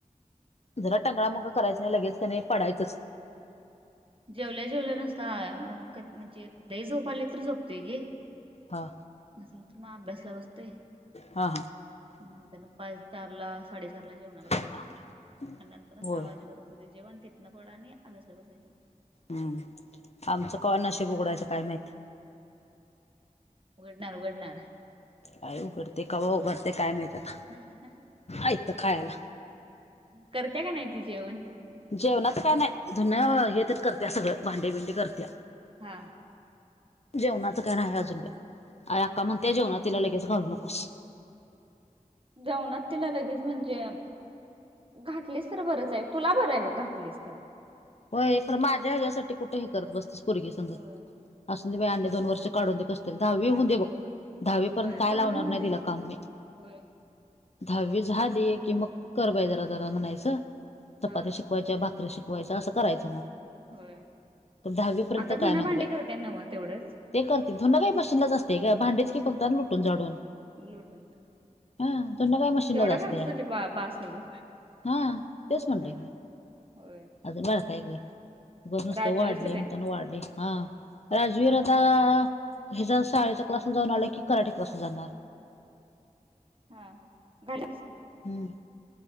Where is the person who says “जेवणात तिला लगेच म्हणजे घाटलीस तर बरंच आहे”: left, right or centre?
Right